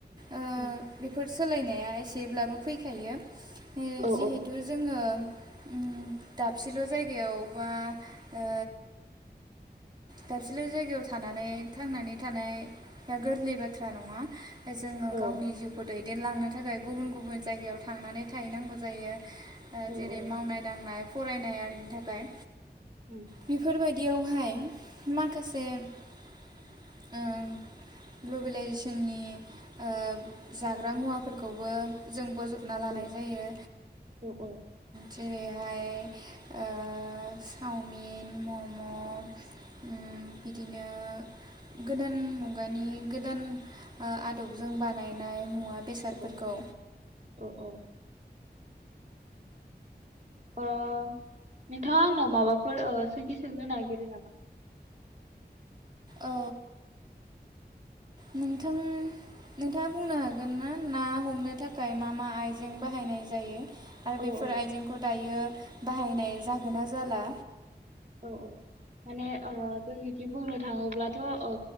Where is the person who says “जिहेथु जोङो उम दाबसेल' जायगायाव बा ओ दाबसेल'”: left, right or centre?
Right